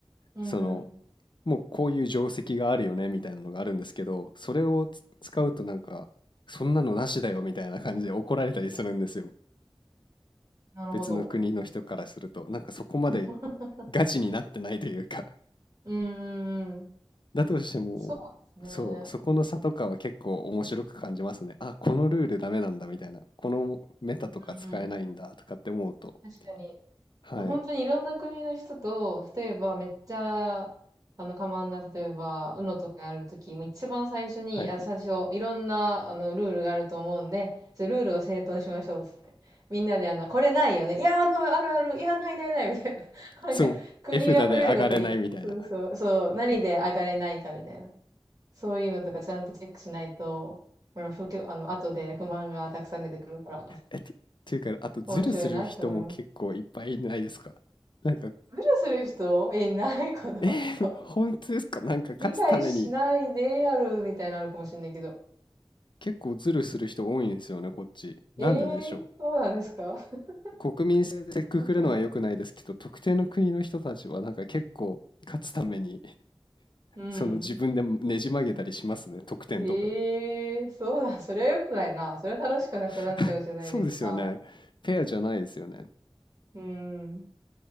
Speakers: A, on the right; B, on the left.
A: うんうん。
B: その、もうこういう定石があるよねみたいなのがあるんですけど、それをつ使うとなんか、そんなのなしだよみたいな感じで怒られたりするんですよ。
A: なるほど。
B: 別の国の人からすると、なんかそこまで
A: <laughs>
B: ガチになってないというか、<laughs>
A: うんうんうん。
B: だとしても、
A: <laughs> そうですね。
B: そう、そこの差とかは結構面白く感じますね。あ、このルールダメなんだみたいな、このメタとか使えないんだとかって思うと、
A: うんうん。確かに。
B: はい、
A: もう本当にいろんな国の人と、例えばめっちゃ、あの、かまんな、例えば、UNO とかやるとき、もう一番最初に、
B: はいはい。
A: あ、最初、いろんな、あの、ルールがあると思うんで、ちょルールを整頓しましょう、つって。みんなで、あの、これないよね。いや、あるあるあるある。いや、ないないない、みたいな。<laughs> なんか、
B: そう、
A: 国が増えるごとに、
B: 絵札で上がれないみたいな。
A: そうそう、そう、何で上がれないか、みたいな。そういうのとかちゃんとチェックしないと、まあ、不況、あの、後で不満がたくさん出てくるから、
B: えっと、というか、あと、ズルする人も結構いっぱいいないですかなんか、
A: 面白いなって思います。無視する人いないかな、
B: えー、
A: 多分。
B: 本当ですかなんか、
A: 理解しないでやるみたいなのあるかもしんないけど。
B: 勝つために結構ズルする人多いんですよね、こっち。なんででしょ
A: ええーそうなんですか <laughs>
B: う国民性でくくるのは良くないですけど、
A: わかんない
B: 特定の国の人たちはなんか結構勝つために、<laughs>
A: うん。
B: その自分でねじ曲げたりしますね、得点とか。
A: ええーそうだ。それは良くないな。それは楽しくなくなっちゃうじゃないですか。
B: <laughs> そうですよね。ペアじゃないですよね。
A: うん。